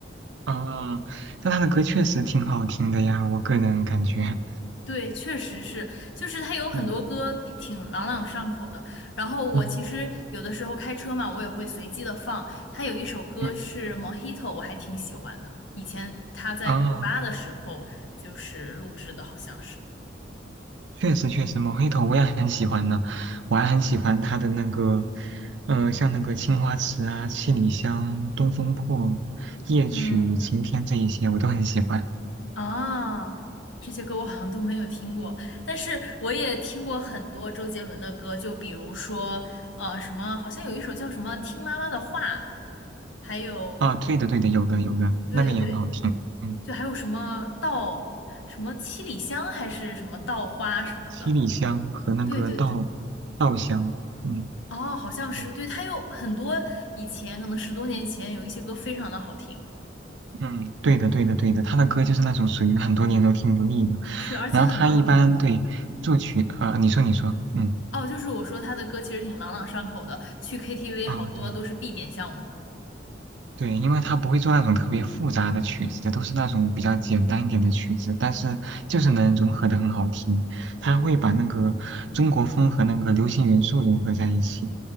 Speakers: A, on the right; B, on the left.
A: 啊，但他的歌确实挺好听的呀，我个人感觉
B: 对，确实是，就是他有很多歌比挺朗朗上口的。
A: <laughs>，嗯
B: 然后我其实有的时候开车嘛，
A: 嗯
B: 我也会随机的放。他有一首歌是《Mojito》，
A: 嗯，
B: 我还挺喜欢的。以前他在古巴的时候就是录制的，
A: 啊，
B: 好像是。
A: 确实确实，《某黑头》我也很喜欢呢，我还很喜欢他的那个，呃，像那个《青花瓷》啊，《七里香》《东风破》《夜曲》《晴天》这一些，
B: 嗯，
A: 我都很喜欢。
B: 啊，这些歌我好像都没有听过，但是我也听过很多周杰伦的歌，就比如说呃什么，好像有一首叫什么《听妈妈的话》，还有
A: 啊，对的对的，有的有的，
B: 对对对。
A: 那个也很好听。嗯，
B: 就还有什么稻，什么七里香还是什么稻花什么的。
A: 七里香和那个稻
B: 对对对，
A: 稻香，嗯。
B: 哦，好像是，
A: 对
B: 对，它有很多以前可能十多年前有一些歌非常的好听，
A: 嗯，对的，对的，对的，他的歌就是那种属于很多年都听不腻的。
B: 是的，而且很朗朗上口。
A: 然后他一般对作曲，呃，你说，你说，嗯，
B: 哦，就是我说他的歌其实挺朗朗上口的，去 KTV
A: 啊，
B: 好多都是必点项目。
A: 对。对，因为他不会做那种特别复杂的曲子，都是那种比较简单一点的曲子，但是就是能融合的很好听。他会把那个中国风和那个流行元素融合在一起，